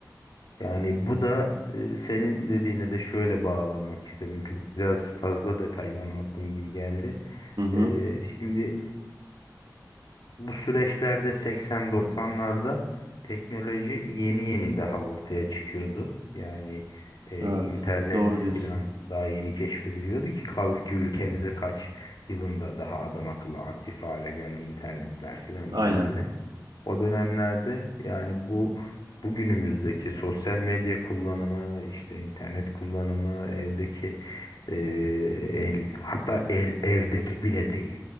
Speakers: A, on the left; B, on the right.
A: Yani bu da eee, senin dediğine de şöyle bağlamak istedim. Çünkü biraz fazla detaylı anlattığım gibi geldi.
B: Hı hı.
A: Eee, şimdi Bu süreçlerde 80-90'larda teknoloji yeni yeni daha ortaya çıkıyordu. Yani e,
B: Evet.
A: internet
B: Doğru diyorsun.
A: filan daha yeni keşfediliyordu ki kaldı ki ülkemize kaç yılında daha adam akıllı aktif hale geldi internetler filan
B: Aynen.
A: bilmem ne. O dönemlerde yani bu bugünümüzdeki sosyal medya kullanımı, işte internet kullanımı, evdeki eee, el, hatta el evdeki bile değil.